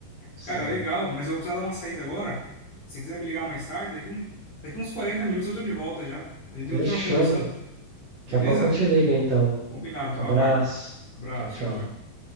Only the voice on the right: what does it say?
Sim.
Fechou,
mano. Daqui
a pouco eu te ligo, então.
Abraço.
Tchau, tchau.